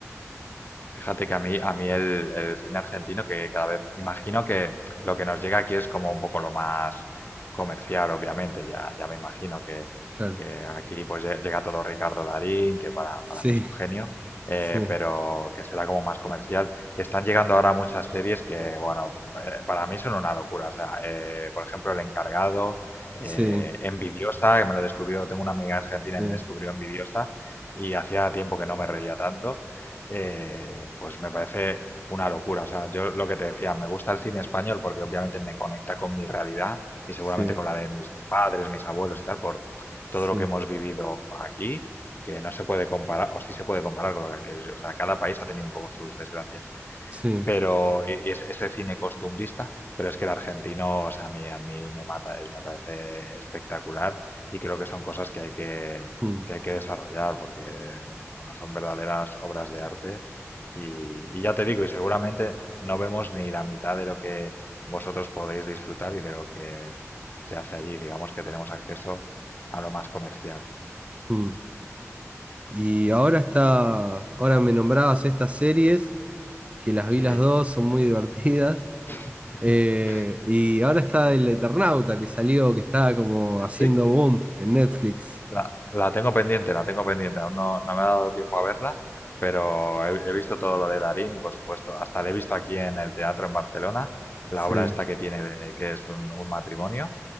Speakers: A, on the left; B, on the right.
A: Fíjate que a mí, a mí el, el cine argentino, que cada vez imagino que lo que nos llega aquí es como un poco lo más comercial, obviamente. Ya, ya me imagino que,
B: Claro.
A: que aquí pues lle- llega todo Ricardo Darín, que para,
B: Sí,
A: para mí es un genio, eh,
B: sí,
A: pero que será como más comercial. Están llegando ahora muchas series que, bueno, eh, para mí son una locura. O sea, eh, por ejemplo, El Encargado, eh,
B: sí,
A: Envidiosa, que me lo descubrió, tengo una amiga argentina
B: sí,
A: y me descubrió Envidiosa, y hacía tiempo que no me reía tanto eh, pues me parece una locura. O sea, yo lo que te decía, me gusta el cine español porque obviamente me conecta con mi realidad y seguramente
B: sí,
A: con la de mis padres, mis abuelos y tal, por
B: sí,
A: todo lo que hemos vivido aquí, que no se puede comparar, o sí se puede comparar con lo que aquí. O sea, cada país ha tenido un poco sus desgracias
B: sí.
A: pero y es- ese cine costumbrista, pero es que el argentino, o sea, a mí, a mí me mata, es, me parece espectacular y creo que son cosas que hay que,
B: Mm,
A: que hay que desarrollar porque, bueno, son verdaderas obras de arte y, y ya te digo, y seguramente no vemos ni la mitad de lo que vosotros podéis disfrutar y de lo que se hace allí, digamos que tenemos acceso a lo más comercial,
B: mm. Y ahora está, ahora me nombrabas estas series, que las
A: ¿sí?
B: vi las dos, son muy divertidas.
A: <laughs>
B: Eh, y ahora está el Eternauta que salió, que está como haciendo
A: Sí,
B: boom en Netflix.
A: La, la tengo pendiente, la tengo pendiente. Aún no, no me ha dado tiempo a verla, pero he, he visto todo lo de Darín y, por supuesto, hasta la he visto aquí en el teatro en Barcelona, la
B: Sí,
A: obra esta que tiene de, que es un, un matrimonio